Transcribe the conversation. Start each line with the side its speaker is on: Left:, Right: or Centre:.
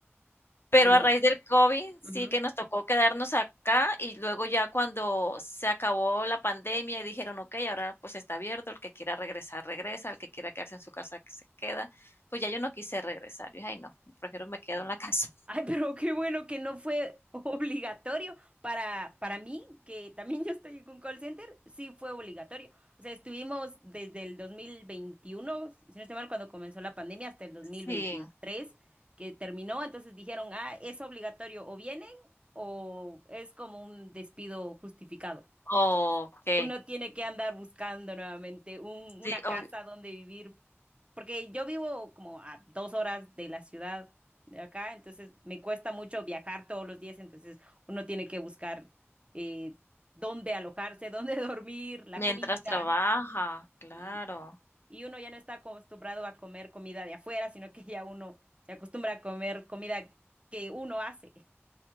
Left: Pero
Right: Ay, no.
Left: a raíz del COVID sí
Right: Ujú.
Left: que nos tocó quedarnos acá y luego ya cuando se acabó la pandemia y dijeron, ok, ahora pues está abierto, el que quiera regresar, regresa, el que quiera quedarse en su casa, que se queda. Pues ya yo no quise regresar, yo dije, ay no, prefiero me quedo en la <laughs> casa.
Right: Ay, pero qué bueno que no fue <laughs> obligatorio para, para mí, que también yo estoy en un call center, sí fue obligatorio. O sea, estuvimos desde el 2021, si no estoy mal, cuando comenzó la pandemia, hasta el dos mil
Left: Sí,
Right: veintitrés que terminó. Entonces dijeron, ah, es obligatorio, o vienen o es como un despido justificado.
Left: ok,
Right: Uno tiene que andar buscando nuevamente un-
Left: sí,
Right: una casa
Left: ob-
Right: donde vivir, porque yo vivo como a dos horas de la ciudad de acá, entonces me cuesta mucho viajar todos los días, entonces uno tiene que buscar eh, dónde alojarse, <laughs> dónde dormir, la
Left: mientras
Right: comida,
Left: trabaja, claro.
Right: y, y uno ya no está acostumbrado a comer comida de afuera, sino que ya uno se acostumbra a comer comida que uno hace.